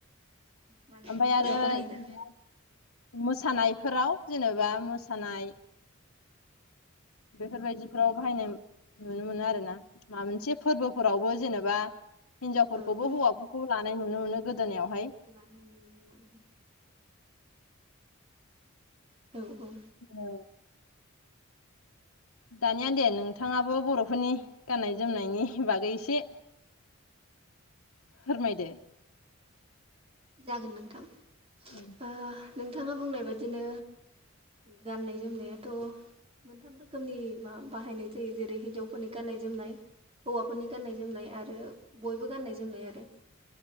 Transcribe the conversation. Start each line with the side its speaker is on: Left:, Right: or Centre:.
Right: मान बावनायफोराव
Left: ओमफ्राय आरो
Right: बाहायोना
Left: जेनेबा मोसानाय फोराव जेनेबा मोसानाय बेफोरबायदिफ्राव बाहायनाय नुनो मोनो आरो ना माबा मोनसे फोरबोफोरावबो जेनेबा हिनजावफोरखौबो
Right: औ औ
Left: हौवाफोरखौ लानाय नुनो मोनो। गोदोनायावहाय
Right: लानाय नुनो मोनोना औ ओं औ औ
Left: औ दानिया दे नोंथाङाबो बर'फोरनि गाननाय जोमनायनि बागै एसे फोरमायदो
Right: जागोन नोंथां
Left: औ
Right: ओ नोंथाङा बुंनाय बायदिनो गानना- जोमनायाथ' मोनथाम रोखोम खोमनि मा बाहायनाय जायो जेरै हिनजावफोरनि गाननाय- जोमनाय, हौवाफोरनि गाननाय-जोमनाय आरो बयबो गाननाय जोमनाय आरो